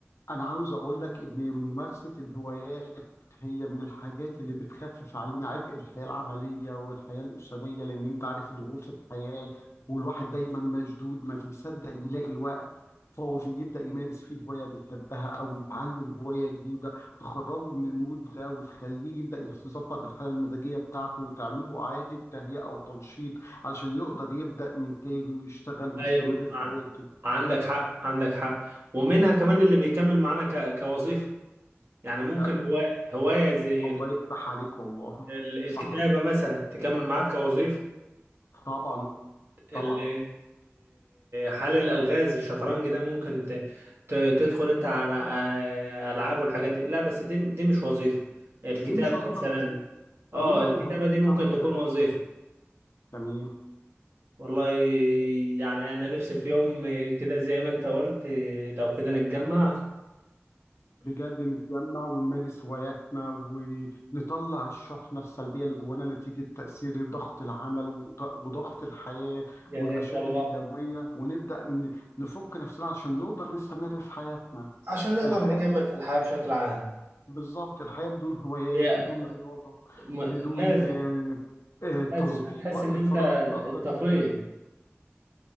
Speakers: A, on the left (about 75°); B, on the right (about 55°).
A: أنا عاوز أقول لك إن ممارسة الهوايات هي من الحاجات اللي بتخفف علينا عبء الحياة العملية والحياة الأسرية لأن أنت عارف ضغوط الحياة والواحد دايما مشدود ما بيصدق يلاقي وقت فاضي يبدأ يمارس فيه هواية بيحبها أو يتعلم هواية جديدة تخرجه من المود ده وتخليه يبدأ يحس- يظبط الحالة المزاجية بتاعته وتعمل له إعادة تهيئة أو تنشيط علشان يقدر يبدأ من تاني ويشتغل ويستمر
B: ايوه
A: في
B: ع-
A: حياته
B: عندك حق عندك حق ومنها كمان اللي بيكمل معانا ك... كوظيفه يعني ممكن
A: لا،
B: هوايه هوايه زي
A: الله
B: ال...
A: يفتح عليك والله
B: ال... الكتابه
A: صح
B: مثلا تكمل معاك كوظيفه
A: طبعا
B: ال...
A: طبعا
B: حل الالغاز الشطرنج ده ممكن ت... ت... تدخل انت على آه، العاب والحاجات دي لا بس دي دي مش وظيفه الكتابه
A: دي مش وظيفه
B: مثلا
A: بس
B: اه
A: دي ما
B: الكتابه
A: ما كنتش
B: دي ممكن
A: فيها مسابقات
B: تكون وظيفه
A: كده تمام
B: والله يعني انا نفسي في يوم كده زي ما انت قلت لو كده نتجمع
A: بجد نتجمع ونمارس هواياتنا ونطلع الشحنه السلبيه اللي جوانا نتيجه تاثير ضغط العمل وط- وضغط الحياه
B: يا
A: والمشاغل
B: ريت والله
A: اليوميه ونبدا ن- نفك نفسنا عشان نقدر نستمر في حياتنا
B: عشان نقدر
A: الحياه
B: نكمل في الحياة بشكل عام
A: بالظبط الحياه بدون هوايات
B: هي
A: بدون رياضه
B: م...
A: بدون
B: لازم
A: آه، آه، تظبيط
B: لازم هتحس
A: وقت
B: ان
A: الفراغ
B: انت
A: يتقضى
B: اتطفيت
A: ازاي